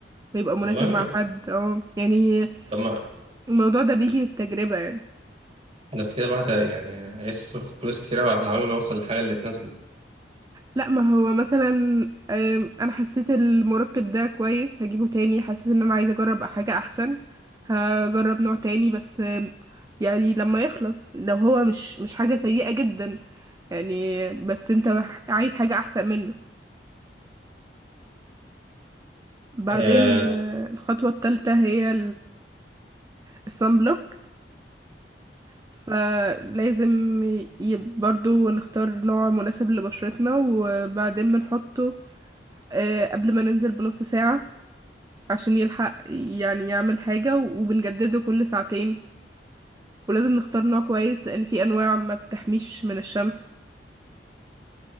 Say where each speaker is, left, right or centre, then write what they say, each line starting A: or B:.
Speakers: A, on the right; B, on the right.
A: ويبقى
B: والله
A: مناسب مع حد اه يعني
B: طب ما
A: الموضوع ده بيجي بالتجربة يعني
B: بس كده الواحد يعني هيصرف فلوس كتير أوي على العمال ما يوصل للحاجة اللي تناسبه
A: لا ما هو مثلا أم، انا حسيت المرطب ده كويس هجيبه تاني حسيت ان انا عايزه اجرب حاجه احسن هجرب نوع تاني بس أم، يعني لما يخلص لو هو مش مش حاجه سيئه جدا يعني بس انت عايز حاجه احسن منه بعدين
B: امم
A: آه، الخطوه الثالثه هي الصن بلوك فلازم ي- برضو نختار نوع مناسب لبشرتنا وبعدين بنحطه آه، قبل ما ننزل بنص ساعة عشان يلحق يعني يعمل حاجة و- وبنجدده كل ساعتين ولازم نختار نوع كويس لأن في أنواع ما بتحميش من الشمس